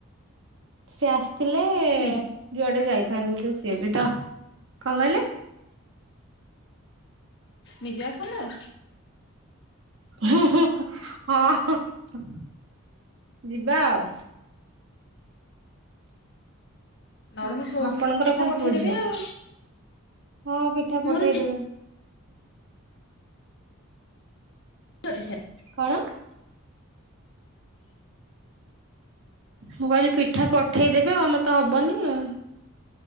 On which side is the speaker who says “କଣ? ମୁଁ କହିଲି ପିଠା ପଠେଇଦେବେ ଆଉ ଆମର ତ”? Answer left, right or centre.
Right